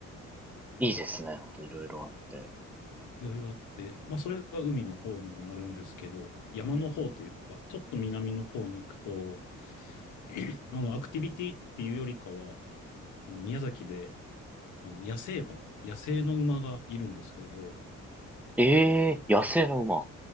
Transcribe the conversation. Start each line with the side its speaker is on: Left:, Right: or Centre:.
Centre: いいですね。ほんといろいろあって。
Left: いろいろあって、まあ、それが海の方にもなるんですけど、山の方というか、
Centre: うんうん
Left: ちょっと南の方に行くと、<clears throat> あの、アクティビティっていうよりかは、あの、宮崎で、あの、野生馬、野生の馬がいるんですけど、
Centre: ええ野生の馬。